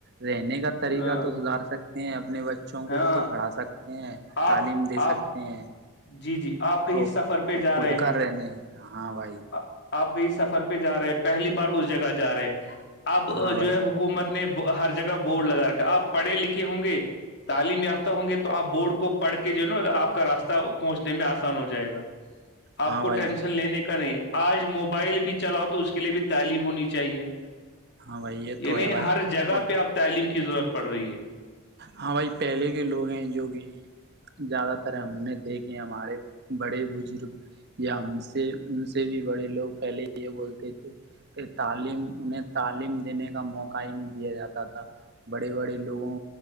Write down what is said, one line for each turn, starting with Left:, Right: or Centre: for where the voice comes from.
Right: رہنے کا طریقہ
Left: آ،
Right: تو سدار سکتے ہ اپنے بے بچوں کو
Left: ہاں
Right: بھی تو پڑھا سکتے ہیں
Left: آپ
Right: تعلیم دے
Left: آپ
Right: سکتے ہیں
Left: جی جی آپ کہیں
Right: اور
Left: سفر پہ جا
Right: خود
Left: رہے
Right: کا
Left: ہیں
Right: رہنے ہاں بھائی
Left: آ- آپ کہیں سفر پہ جا رہے ہیں پہلی بار اس جگہ جا رہے ہیں اب
Right: ہاں بھائی
Left: جو ہے حکومت نے ہر جگہ بورڈ لگا رکھا آپ پڑھے لکھے ہوں گے یافتہ ہوں گے تو آپ بورڈ کو پڑھ کے جو نا آپ کا راستہ پہنچنے میں آسان ہو جائے گا آپ
Right: ہاں
Left: کو
Right: بھائی
Left: ٹینشن لینے کا نہیں آج موبائل بھی چلاؤ تو اس کے لیے بھی تعلیم ہونی چاہیے
Right: ہاں بھائی یہ تو
Left: یعنی
Right: ہے بھائی
Left: ہر جگہ
Right: اور
Left: پہ آپ تعلیم کے کی ضرورت پڑ رہی ہے
Right: ہاں بھائی پہلے کے لوگ ہیں جو کہ زیادہ تر ہم نے دیکھے ہمارے بڑے بزرگ یا ہم سے ان سے بھی بڑے لوگ پہلے یہ بولتے تھے کہ تعلیم انہیں تعلیم دینے کا موقع ہی نہیں دیا جاتا تھا بڑے بڑے لوگوں